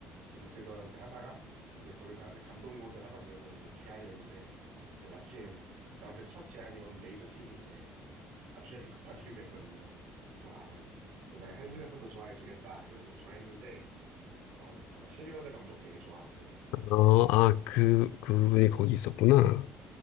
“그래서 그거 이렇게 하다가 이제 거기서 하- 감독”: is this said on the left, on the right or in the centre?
Right